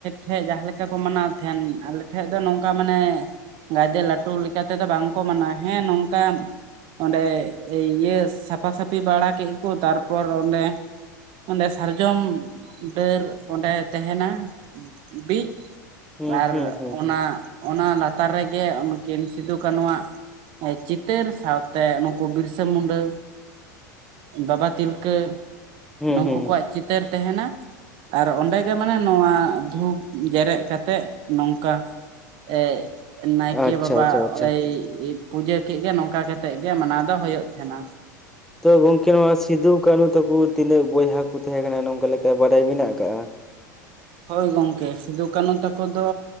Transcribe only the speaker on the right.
ᱴᱷᱮᱡ ᱡᱟᱦᱟᱸᱮ ᱞᱮᱠᱟ ᱠᱚ ᱢᱟᱱᱟᱣ ᱛᱟᱦᱮᱸᱱ ᱟᱞᱮᱴᱷᱮᱡ ᱫᱚ ᱱᱚᱝᱠᱟ ᱢᱟᱱᱮ ᱜᱟᱫᱮᱞ ᱞᱟᱹᱴᱩ ᱞᱮᱠᱟ ᱛᱮᱫᱚ ᱵᱟᱝᱠᱚ ᱢᱟᱱᱟᱣᱟ ᱦᱮᱸ ᱱᱚᱝᱠᱟ ᱚᱸᱰᱮ ᱤᱭᱟᱹ ᱥᱟᱯᱷᱟ ᱥᱟᱟᱹᱯᱷᱤ ᱵᱟᱲᱟ ᱠᱮᱫ ᱠᱚ ᱛᱟᱨᱯᱚᱨ ᱚᱸᱰᱮ ᱚᱸᱰᱮ ᱥᱟᱨᱡᱚᱢ ᱰᱟᱹᱨ ᱚᱸᱰᱮ ᱛᱟᱦᱮᱱᱟ ᱵᱤᱫ
ᱟᱨ
ᱚᱱᱟ
ᱚᱱᱟ ᱞᱟᱛᱟᱨ ᱨᱮᱜᱮ ᱩᱱᱠᱤᱱ ᱥᱤᱫᱩ ᱠᱟᱹᱱᱩ ᱣᱟᱜ ᱪᱤᱛᱟᱹᱨ ᱥᱟᱶᱛᱮ ᱱᱩᱠᱩ ᱵᱤᱨᱥᱟᱹ ᱢᱩᱰᱟᱹ ᱵᱟᱵᱟ ᱛᱤᱞᱠᱟᱹ
ᱱᱩᱠᱩ
ᱠᱚᱣᱟᱜ ᱪᱤᱛᱟᱹᱨ ᱛᱟᱦᱮᱱᱟ ᱟᱨ ᱚᱸᱰᱮ ᱜᱮ ᱢᱟᱱᱮ ᱱᱚᱣᱟ ᱫᱷᱩᱯ ᱡᱮᱨᱮᱫ ᱠᱟᱛᱮᱜ ᱱᱚᱝᱠᱟ ᱮ ᱱᱟᱭᱠᱮ
ᱵᱟᱵᱟ
ᱮᱭ ᱯᱩᱡᱟᱹ ᱠᱮᱫ ᱜᱮ ᱱᱚᱝᱠᱟ ᱠᱟᱛᱮᱜ ᱜᱮ ᱢᱟᱱᱟᱣ ᱫᱚ ᱦᱩᱭᱩᱜᱭᱳ ᱛᱟᱦᱮᱸᱱᱟ
ᱦᱳᱭ ᱜᱚᱝᱠᱮ ᱥᱤᱫᱩ ᱠᱟᱹᱱᱦᱩ ᱛᱟᱠᱚ ᱫᱚ